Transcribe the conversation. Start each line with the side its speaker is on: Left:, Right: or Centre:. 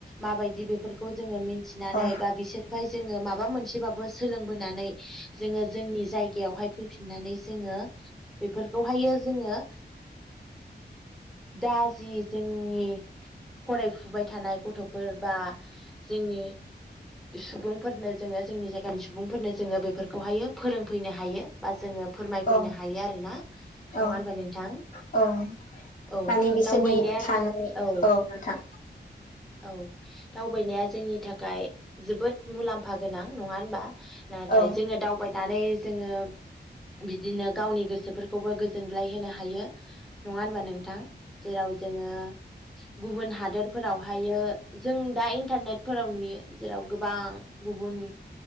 Centre: माबायदि बेफोरखौ जोङो मिथिनानै
Left: औ
Centre: बा बिसोर ओमफ्राय जोङो माबा मोनसेबाबो सोलोंबोनानै जोंङो जोंनि जायगायावहाय फैफिननानै जोङो बेफोरखौहायो जोंङो दा जि जोंनि फरायफुबाय थानाय गथफोर बा जोंनि सुबुंफोरनो जोंङो जोंनि जायगानि सुबुंफोरनो जोंङो बेफोरखौहायो फोरोंफैनो हायो बा जोंङो फोरमायफैनो
Left: औ
Centre: हायो आरोना नंङा
Left: औ
Centre: होनबा नोंथां
Left: औ
Centre: औ
Left: माने बिसोरनि
Centre: दावबायनाया
Left: थानाय
Centre: औ
Left: नोंथां
Centre: औ दावबायनाया जोंनि थाखाय जोबोद मुलाम्फा गोनां नंङा होनबा? नाथाय
Left: औ
Centre: जोंङो दावबायनानै जोङो बिदिनो गावनि गोसोफोरखौबो गोजोनग्लाय होनो हायो। नङा होनबा नोंथां जेराव जोङो गुबुन हादोरफोरावहायो जों दा इन्टारनेटफोराव नुयो। जेराव गोबां गुबुन